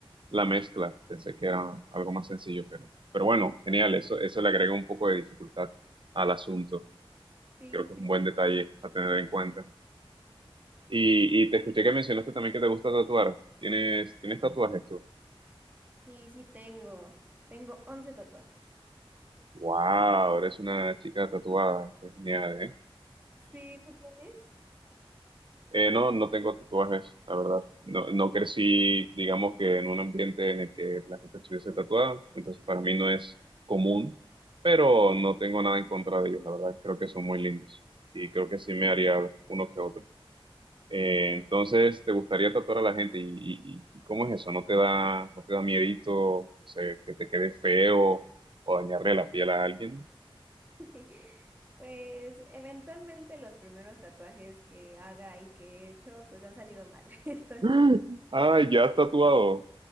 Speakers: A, on the right; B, on the right.
A: la mezcla. Pensé que era algo más sencillo, pero, pero bueno, genial. Eso, eso le agrega un poco de dificultad al asunto.
B: Sí,
A: Creo que
B: sí,
A: es un buen detalle a tener en cuenta. Y, y te escuché que mencionaste también que te gusta tatuar. ¿Tienes, tienes tatuajes tú?
B: Sí, sí tengo. Tengo 11 tatuajes.
A: Wow, eres una chica tatuada. Qué genial, ¿eh?
B: Sí, ¿tú tienes?
A: Eh, no, no tengo tatuajes, la verdad. No, no crecí, digamos que en un ambiente en el que la gente estuviese tatuada, entonces para mí no es común, pero
B: Sí.
A: no tengo nada en contra de ellos, la verdad. Creo que son muy lindos y creo que sí me haría uno que otro. Eh, entonces, ¿te gustaría tatuar a la gente? ¿Y, y- y cómo es eso? ¿No te da, no te da miedito, no sé, que te quede feo o dañarle la piel a alguien?
B: <laughs> Pues eventualmente los primeros tatuajes que haga y que he hecho, pues han salido mal. <laughs> Entonces,
A: <gasps> Ay, ya has tatuado.